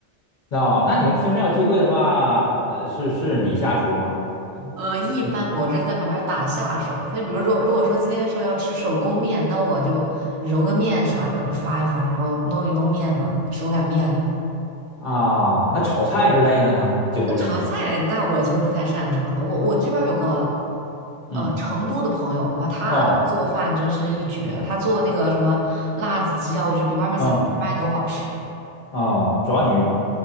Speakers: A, on the left; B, on the right.
A: 哦，那你们平时要聚会的话，呃，是是你下厨吗？
B: 呃，一般我是在旁边打下手。
A: 你
B: 他就比如说，如果说今天说要吃手工面，那我就揉个面啥的，就发一发，然后弄一弄面嘛，手擀面。
A: 啊，那炒菜之类的呢，就不是你了，
B: 那炒菜那我就不太擅长了。我我这边有个呃成都的朋友，
A: 嗯
B: 哇，他那做饭真是一绝。
A: 哦
B: 他做那个什么辣子鸡啊，我觉得比外面餐馆卖都好吃。
A: 哦哦，主要你